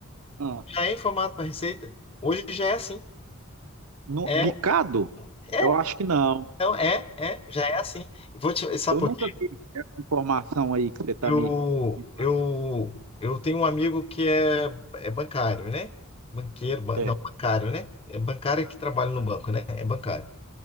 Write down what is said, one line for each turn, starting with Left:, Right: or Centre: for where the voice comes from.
Right: Ah,
Left: Já é em formato para receita. Hoje já é assim.
Right: no,
Left: É,
Right: picado?
Left: No- é,
Right: Eu acho que não.
Left: então é, é, já é assim. E Vou te, sabe
Right: Eu
Left: por
Right: nunca
Left: quê?
Right: vi essa informação aí que você está
Left: Eu,
Right: me, me passando.
Left: eu, eu tenho um amigo que é, é bancário, né? Banqueiro, ban-
Right: É.
Left: não, bancário, né? É bancário que trabalha no banco, né? É bancário.